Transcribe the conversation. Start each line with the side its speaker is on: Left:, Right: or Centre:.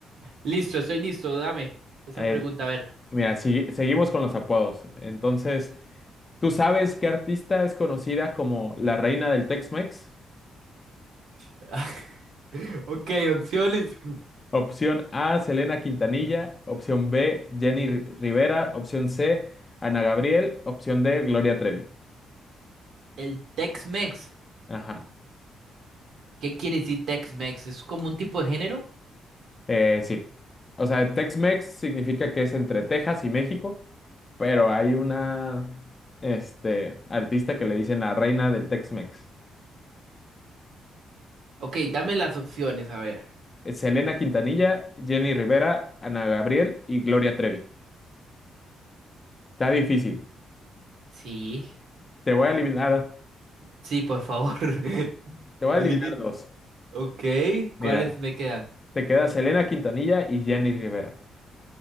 Right: Listo, estoy listo, dame esa
Left: Eh,
Right: pregunta, a ver.
Left: mira, si- seguimos con los apodos. Entonces, ¿tú sabes qué artista es conocida como la reina del Tex-Mex?
Right: <laughs> Ok, opciones.
Left: Opción A, Selena Quintanilla. Opción B, Jenny Ri- Rivera. Opción C, Ana Gabriel. Opción D, Gloria Trevi.
Right: El Tex-Mex.
Left: Ajá.
Right: ¿Qué quiere decir Tex-Mex? ¿Es como un tipo de género?
Left: Eh, sí. O sea, Tex-Mex significa que es entre Texas y México, pero hay una, este, artista que le dicen la reina del Tex-Mex.
Right: Ok, dame las opciones, a ver.
Left: Es Selena Quintanilla, Jenny Rivera, Ana Gabriel y Gloria Trevi. Está difícil.
Right: Sí.
Left: Te voy a eliminar,
Right: Sí, por favor. <laughs>
Left: te voy
Right: El
Left: a eliminar
Right: límite.
Left: dos.
Right: Ok,
Left: Mira,
Right: ¿cuáles me quedan?
Left: te queda Selena Quintanilla y Jenny Rivera.